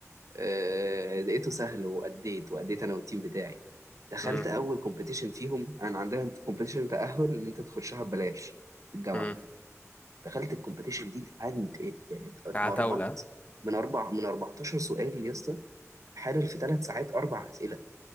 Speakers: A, on the right (about 80°); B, on the left (about 25°).
A: آه، لقيته سهل وأديت وأديت أنا والتيم بتاعي دخلت
B: امم
A: أول كومبيتيشن فيهم أنا عندنا كومبيتيشن تأهل إن أنت تخشها ببلاش في الجامعة
B: امم
A: دخلت الكومبيتيشن دي اتعند ات- يعني ات- اتمرمطت
B: عتاولة ها؟
A: من اربع من 14 سؤال يا اسطى حلل في ثلاث ساعات اربع اسئله